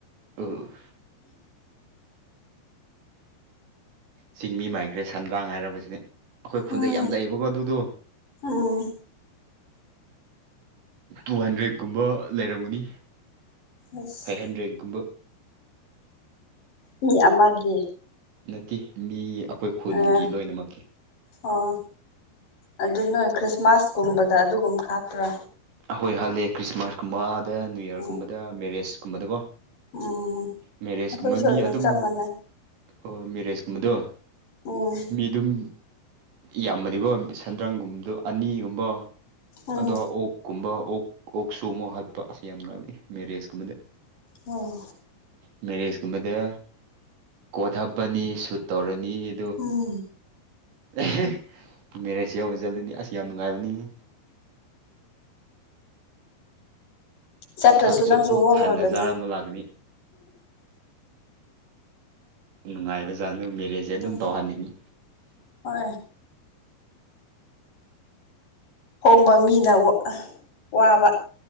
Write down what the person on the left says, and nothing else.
ꯎꯝ
ꯎꯝ
ꯑꯁ
ꯃꯤ ꯑꯃꯒꯤ
ꯑꯥ
ꯑꯣ ꯑꯗꯨ ꯅꯣꯏ ꯈ꯭ꯔꯤꯁꯃꯥꯁꯀꯨꯝꯕꯗ ꯑꯗꯨꯒꯨꯝꯕ ꯍꯥꯞꯄ꯭ꯔꯥ
ꯎꯝ
ꯎꯝ
ꯑꯩꯈꯣꯏꯁꯨ
ꯆꯞ ꯃꯥꯟꯅꯩ
ꯎꯝ
ꯎꯝ
ꯑꯣ
ꯎꯝ
ꯆꯠꯇ꯭ꯔꯁꯨ
ꯅꯪꯁꯨ
ꯍꯣꯡꯉꯨꯗꯅ
ꯎꯝ
ꯍꯣꯏ ꯍꯣꯡꯕ ꯃꯤꯅ ꯋ ꯑ ꯋꯥꯕ